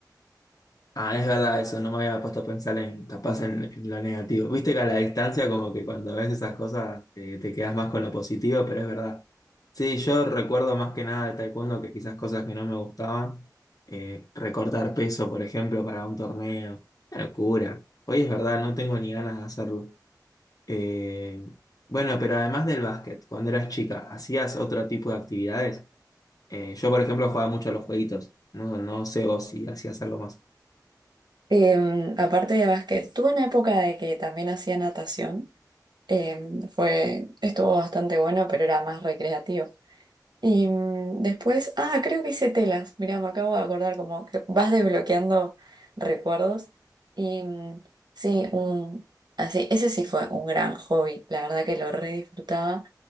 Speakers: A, on the left; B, on the right.
A: Ah, es verdad eso, no me había puesto a pensar en capaz en, en lo negativo. Viste que a la distancia como que cuando ves esas cosas eh, te quedas más con lo positivo, pero es verdad. Sí, yo recuerdo más que nada de taekwondo que quizás cosas que no me gustaban, eh, recortar peso, por ejemplo, para un torneo, una locura. Hoy es verdad, no tengo ni ganas de hacerlo. Eh, bueno, pero además del básquet, cuando eras chica, ¿hacías otro tipo de actividades? Eh, yo, por ejemplo, jugaba mucho a los jueguitos. No, no sé vos si hacías algo más.
B: Em, aparte de básquet, tuve una época de que también hacía natación. em, fue, estuvo bastante bueno, pero era más recreativo. Y mm, después, ah, creo que hice telas. Mirá, me acabo de acordar como que vas desbloqueando recuerdos. Y mm, sí, un, así, ese sí fue un gran hobby. La verdad que lo re disfrutaba.